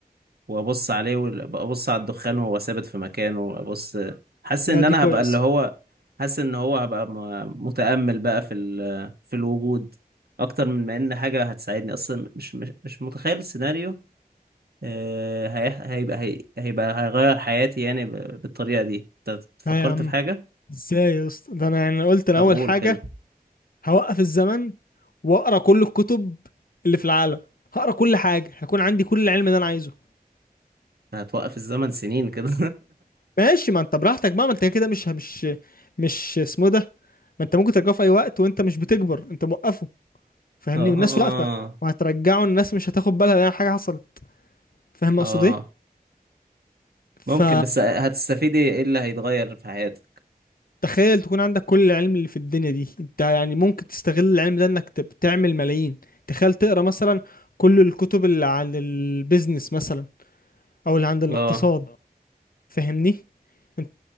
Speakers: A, on the right; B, on the left.
A: وابص عليه وابص على الدخان وهو ثابت في مكانه ابص حاسس
B: لا
A: ان
B: دي
A: انا
B: كويس
A: هبقى اللي هو حاسس ان هو هبقى م- متأمل بقى في ال- في الوجود اكتر من ما ان حاجه هتساعدني اصلا مش مش مش متخيل السيناريو آه، هي... هيبقى هي... هيبقى هيغير حياتي يعني ب... بالطريقة دي انت فكرت
B: لا يا عم
A: في حاجة
B: ازاي يا اسطى ده انا يعني قلت انا
A: طب
B: اول
A: قول
B: حاجه
A: كده
B: هوقف الزمن واقرا كل الكتب اللي في العالم هقرا كل حاجه هيكون عندي كل العلم اللي انا عايزه
A: هتوقف الزمن سنين كده
B: ماشي ما انت براحتك بقى ما انت كده مش مش مش اسمه ده ما انت ممكن ترجعه في اي وقت وانت مش بتكبر انت موقفه
A: <laughs>
B: فاهمني
A: اه
B: والناس واقفه وهترجعه الناس مش هتاخد بالها لان حاجه حصلت فاهم
A: اه
B: اقصد ايه ف...
A: ممكن بس هتستفيدي ايه إيه اللي هيتغير في حياتك
B: تخيل تكون عندك كل العلم اللي في الدنيا دي انت يعني ممكن تستغل العلم ده انك تب- تعمل ملايين تخيل تقرا مثلا كل الكتب اللي عن البيزنس مثلا او اللي عن الاقتصاد
A: اه
B: فاهمني انت-